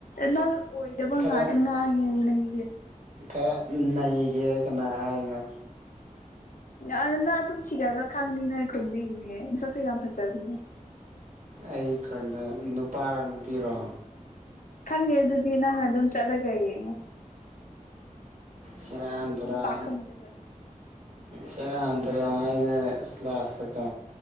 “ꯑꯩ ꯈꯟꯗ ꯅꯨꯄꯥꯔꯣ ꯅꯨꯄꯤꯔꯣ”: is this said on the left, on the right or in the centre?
Right